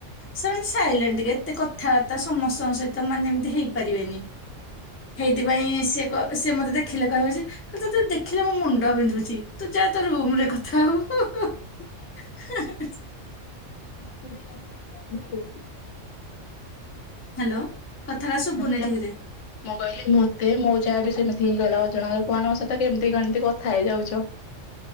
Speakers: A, on the left; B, on the left.
A: ସେମାନେ ସାଇଲେଣ୍ଟ୍ ଟିକେ ଏତେ କଥାବାର୍ତ୍ତା ସମସ୍ତଙ୍କ ସହିତ ମାନେ ଏମତି ହେଇପାରିବେନି। ହେଇଥିପାଇଁ
B: ହଁ।
A: ସେ କ ସେ ମତେ ଦେଖିଲେ କହିବେ ଯେ। କି ତତେ ଦେଖିଲେ ମୋ ମୁଣ୍ଡ ବିନ୍ଧୁଛି ତୁଯା ତୁ ତୋ ରୁମ୍ ରେ କଥା ହଵୁ।
B: <unintelligible>
A: <unintelligible>
B: ମତେ ବି ମୋ। <unintelligible>
A: ହାଲୋ କଥାରା ଶୁବୁନି
B: ମତେ
A: ଠିକ୍ ରେ।
B: ମୁଁ କହିଲି ମୋ ତେ ମୋ ଯାଆ ବି ସେମିତି ହିଁ କହିଲା ଅଜଣା ଲୋକମାନଙ୍କ ସହିତ କେମତି କଣତି କଥା ହେଇଯାଉଛ।